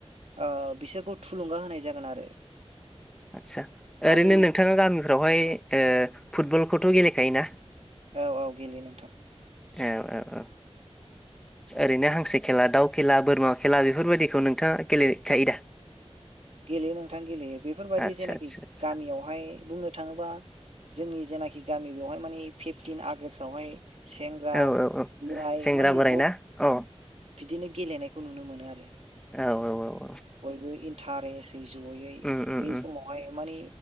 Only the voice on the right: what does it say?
ओ बिसोरखौ थुलुंगा होनाय जागोन आरो
माने
औ औ गेलेयो नोंथां
गेलेयो नोंथां गेलेयो बेफोरबायदि
जेनाखि
गामियावहाय बुंनो थाङोबा जोंनि जेनाखि गामि बेवहाय माने फिफटिन आगष्टावहाय सेंग्रा
बोराय
माने
बिदिनो गेलेनायखौ नुनो मोनो आरो
बयबो इन्टारेस्टयै जयै
बे
समावहाय माने